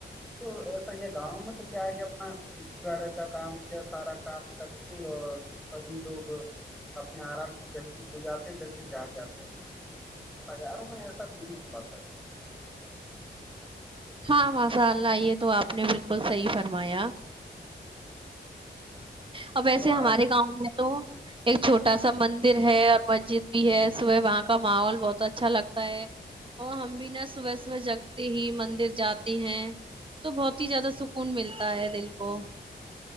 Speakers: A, in the centre; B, on the right (about 30°).
A: تو ایسا ہی گاؤں میں تو کیا ہے کہ اپنا کھیتی واڑی کا کام ہو کیا سارا کام کر کے اور سبھی لوگ اپنے آرام سے جلدی سو جاتے ہیں جلدی جاگ جاتے ہیں بازاروں میں ایسا نہیں ہو پاتا ہے
B: ہاں ماشاء اللہ یہ تو آپ نے بالکل صحیح فرمایا اب ویسے
A: اور
B: ہمارے
A: آپ
B: گاؤں میں تو ایک چھوٹا سا مندر ہے اور مسجد بھی ہے صبح وہاں کا ماحول بہت اچھا لگتا ہے اور ہم بھی نا صبح صبح جگتے ہی مندر جاتی ہیں تو بہت ہی زیادہ سکون ملتا ہے دل کو